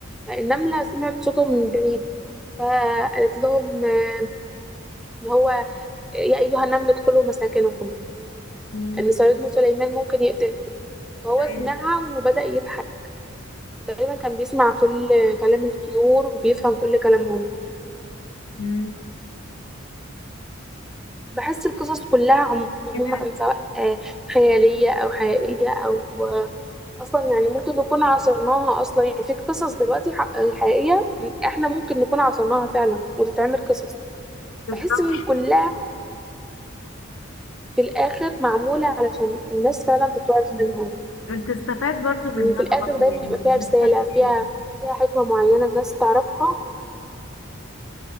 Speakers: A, in the centre; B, on the left (about 75°).
A: النملة سمعت صوتهم من بعيد فقالت لهم آه، اللي هو يا أيها النمل ادخلوا مساكنكم
B: مم.
A: إن صيادين سليمان ممكن يقتلكم فهو
B: أيوة.
A: سمعها وبدأ يضحك تقريبا كان بيسمع كل كلام الطيور وبيفهم كل كلامهم
B: مم.
A: بحس القصص كلها
B: جميلة
A: عموما سواء آه، خيالية أو حقيقية أو آه، أصلا يعني ممكن نكون عاصرناها أصلا يعني في قصص دلوقتي ح- آه، حقيقية إحنا ممكن نكون عاصرناها فعلا وتتعمل قصص
B: بالظبط
A: بحس إن كلها في الآخر معمولة علشان الناس فعلا تتوعظ منها
B: انت استفاد برضو منها
A: ان في الاخر
B: برضو
A: دايما
B: يعني
A: يبقى فيها
B: جدا
A: رساله فيها
B: يعني.
A: فيها حكمه معينه الناس تعرفها